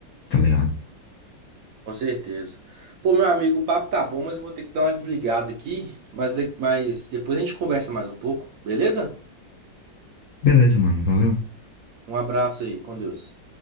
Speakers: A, on the left; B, on the right.
A: Tá ligado?
B: Com certeza. Pô, meu amigo, o papo tá bom, mas eu vou ter que dar uma desligada aqui, mas, de- mas depois a gente conversa mais um pouco, beleza?
A: Beleza, mano, valeu.
B: Um abraço aí, com Deus.